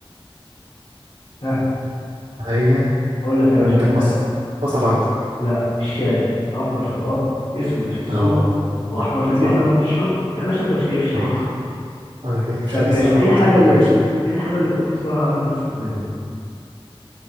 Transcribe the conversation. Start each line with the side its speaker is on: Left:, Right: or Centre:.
Left: ها
Right: حاجه
Left: اقول لك
Right: ممكن
Left: انا عشان انت
Right: بصل بصل اخضر
Left: لا الشاي اخضر في الارض اسود في السوق
Right: اه
Left: واحمر في البيت
Right: صح
Left: لما بتشربه يا باشا انت مش كيف شاي
Right: صح انا كيف
Left: طب
Right: شاي
Left: ماشي
Right: الصراحه
Left: ايه الحاجة
Right: قدامي كوبايه
Left: اللي بت...
Right: شاي
Left: ايه الحاجة اللي بتكسرها قبل ما تستخدمها